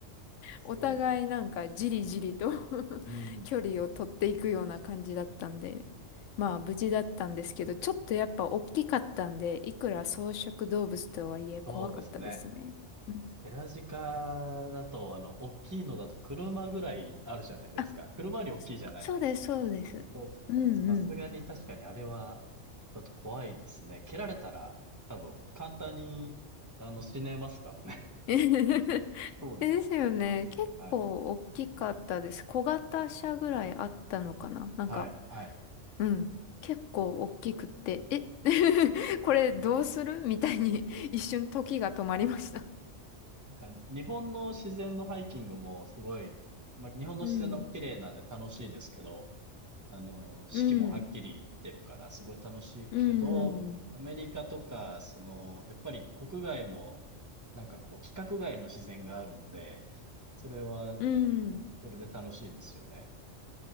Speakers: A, on the right (about 15°); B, on the left (about 80°).
A: そう。
B: お互いなんかじりじりと <laughs>
A: うん。
B: 距離を取っていくような感じだったんで、まあ無事だったんですけど、ちょっとやっぱ大きかったんで、いくら草食動物とはいえ怖かったですね。
A: そうですね。
B: うん
A: ヘラジカだと、あの、大きいのだと車ぐらいあるじゃないですか。
B: あ、
A: 車より大きいじゃないですか
B: そそうです、そうです。
A: そうですね。
B: うんうん。
A: さすがに確かにあれは、ちょっと怖いですね。蹴られたら、多分簡単に、あの、死ねますからね。
B: <laughs>
A: <laughs> そうです。
B: ですよね。結構大きかったです。
A: はい。
B: 小型車ぐらいあったのかななんか、
A: はい、はい。
B: うん。結構大きくって、え <laughs> これどうするみたいに一瞬時が止まりました。
A: なんか、日本の自然のハイキングもすごい、まあ、日本の自然の綺麗なんで楽しいですけど、
B: うん、
A: あの、四季もはっきりしてるからすごい楽しいけど、
B: うん、うん、
A: アメリカとか、その、やっぱり国外も、なんかこう、規格外の自然があるんで、それは、
B: うん、
A: それで楽しいですよね。